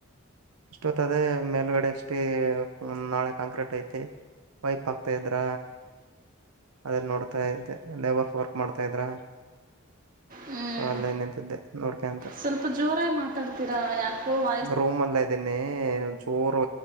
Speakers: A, on the right; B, on the right.
A: ಇಷ್ಟೊತ್ ಅದೇ ಮೇಲ್ಗಡೆ ಅಷ್ಟಿ ಒಂ ನಾಳೆ ಕಾಂಕ್ರೀಟ್ ಐತಿ. ಪೈಪ್ ಆಕ್ತೆ ಇದ್ರ. ಅದಲ್ ನೋಡ್ತಾ ಇದೆ ಲೇಬರ್ ಫೋರ್ಕ್ ಮಾಡ್ತಾ ಇದ್ರ.
B: ಹ್ಮ್
A: ಸೊ ಅಲ್ಲ ನಿಂತಿದ್ದೆ ನೋಡ್ಕ ಅಂತ
B: ಸ್ವಲ್ಪ ಜೋರಾಗಿ ಮಾತಾಡ್ತೀರಾ ಯಾಕೋ ವಾಯ್ಸ್
A: ರೂಮ್ ಎಲ್ಲೆ ಇದ್ದೀನಿ ಜೋರು